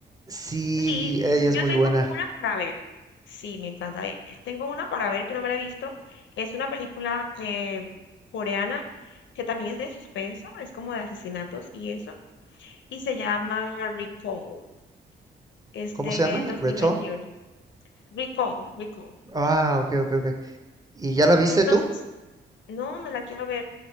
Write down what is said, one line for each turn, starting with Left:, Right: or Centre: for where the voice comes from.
Right: sí,
Left: Y
Right: ella
Left: yo
Right: es muy
Left: tengo
Right: buena.
Left: una para ver. Sí, me encanta. eh, Tengo una para ver que no me la he visto. Es una película eh, coreana que también es de suspenso, es como de asesinatos y eso. Y se llama Recall. Es
Right: ¿Cómo
Left: del
Right: se llama?
Left: dos
Right: ¿Reto?
Left: mil veintiuno Recall, Recall.
Right: Ah, ok, ok, ok. ¿Y ya la viste
Left: Entonces,
Right: tú?
Left: no me la quiero ver